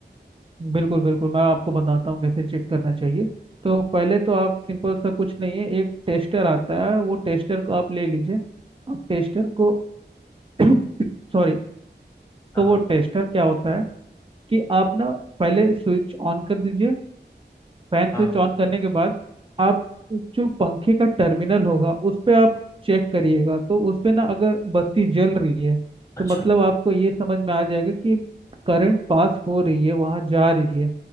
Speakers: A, on the right; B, on the left.
A: बिल्कुल बिल्कुल मैं आपको बताता हूँ कैसे चेक करना चाहिए तो पहले तो आप सिंपल सा कुछ नहीं है एक टेस्टर आता है वो टेस्टर को आप ले लीजिए आप टेस्टर को <clears throat> सॉरी
B: हाँ
A: तो वो
B: हाँ
A: टेस्टर क्या होता है कि आप ना पहले स्विच ऑन कर दीजिए फैन स्विच
B: हाँ
A: ऑन करने के बाद आप जो पंखे का टर्मिनल होगा उस पे आप चेक करिएगा तो उस पे ना अगर बत्ती जल रही है
B: अच्छा
A: तो मतलब आपको ये समझ में आ जाएगा कि करंट पास हो रही है वहाँ जा रही है